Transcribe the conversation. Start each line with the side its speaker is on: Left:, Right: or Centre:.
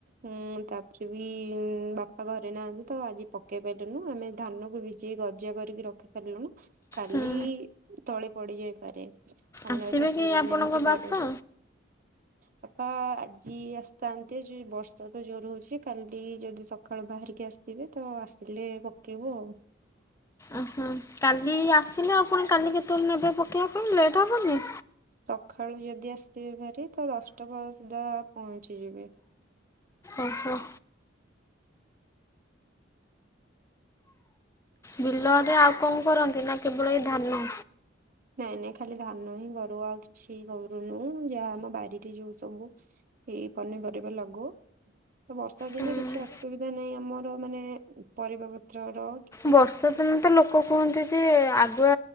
Right: ହୁଁ ତାପରେ ବି ବାପା ଘରେ ନାହାନ୍ତି ତ ଆଜି ପକେଇ ପାରିଲୁନୁ ଆମେ ଧାନକୁ ବି ଯି ଗଜା କରିକି ରଖି ସାରିଲେଣି ଖାଲି
Left: ହୁଁ।
Right: ତଳେ ପଡିଯାଇପାରେ। ଆମର
Left: ଆସିବେ
Right: ଚାଷ
Left: କି
Right: ଜମି
Left: ଆପଣଙ୍କ
Right: ଏମତି
Left: ବାପା?
Right: କରୁ। ବାପା ଆଜି ଆସିଥାନ୍ତିେ ଯ ବର୍ଷା ତ ଜୋର ହଉଛି କାଲି ଯଦି ସକାଳୁ ବାହାରିକି ଆସିଥିବେ ତ ଆସିଲେ ପକେଇବୁ ଆଉ।
Left: ଓହୋ କାଲି ଆସିଲେ ଆଉ ପୁଣି କାଲି କେତେବେଳେ ନେବେ ପକେଇବା ପାଇଁ ଲେଟ୍ ହବନି?
Right: ସକାଳୁ ଯଦି ଆସିଥିବେ ଭାରି ତ ପରେ ସୁଦ୍ଧା ପହଞ୍ଚିଯିବ
Left: ଓହୋ। ବିଲରେ ଆଉ କଣ କରନ୍ତି ନା କେବଳ ଏଇ ଧାନ?
Right: ନାଇଁ ନାଇଁ ଖାଲି ଧାନ ହିଁ ଗରୁ ଅଛି ଗରୁନୁ ଯାହା ଆମ ବାାରିରେ ଯୋଉ ସବୁ। ଏଇ ପନିପରିବା ଲଗଉ। ତ ବର୍ଷା ଦିନେ
Left: ହୁଁ।
Right: କିଛି ଅସୁବିଧା ନାହିଁ ଆମର ମାନେ ପରିବା ପତ୍ର ର।
Left: ବର୍ଷା ଦିନ ତ ଲୋକ କୁହନ୍ତି ଯେ ଆଗୁଆ